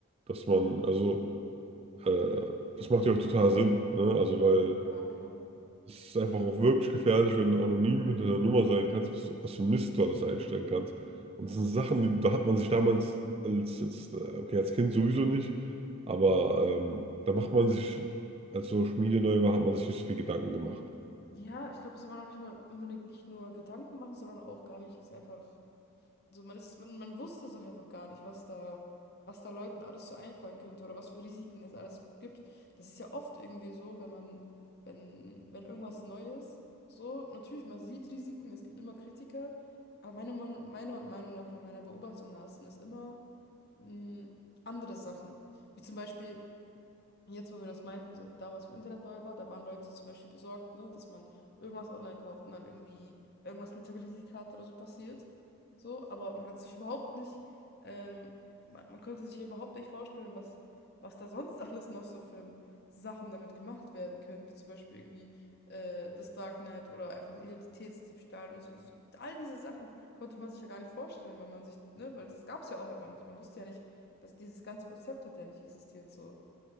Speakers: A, on the right (about 25°); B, on the left (about 45°).
A: dass man, also, äh, das macht ja auch total Sinn, ne? Also, weil
B: Ja, klar.
A: es ist einfach auch wirklich gefährlich, wenn du anonym hinter der Nummer sein kannst, was, du, was für Mist du alles einstellen kannst. Und das sind Sachen, die, da hat man sich damals als jetzt, äh, okay, als Kind sowieso nicht, aber ähm, da macht man sich, als Social Media neu war, hat man sich nicht so viel Gedanken gemacht.
B: Ja, ich glaube, es ist aber noch nicht mal unbedingt nicht nur Gedanken machen, sondern auch gar nicht, es einfach. so man ist, man, man wusste es auch einfach gar nicht, was da, was da Leuten alles so einfallen könnte oder was für Risiken es alles gibt. Das ist ja oft irgendwie so, wenn man, wenn, wenn irgendwas Neues, so, natürlich, man sieht Risiken, es gibt immer Kritiker, aber meiner Meinung, meiner Meinung nach, nach meiner Beobachtung nach, sind es immer mh, andere Sachen. Wie zum Beispiel, Jetzt, wo wir das meinten, so damals, wo Internet neu war, da waren Leute zum Beispiel besorgt, ne, dass man irgendwas online kauft und dann irgendwie irgendwas mit der Kreditkarte oder so passiert. So, aber man hat sich überhaupt nicht, ähm, man, man konnte sich hier überhaupt nicht vorstellen, was, was da sonst alles noch so für Sachen damit gemacht werden können, wie zum Beispiel irgendwie äh, das Darknet oder einfach Identitätsdiebstahl und so, so. All diese Sachen konnte man sich ja gar nicht vorstellen, weil man sich, ne, weil das gab es ja auch einfach nicht. Man wusste ja nicht, dass dieses ganze Konzept hat ja nicht existiert, so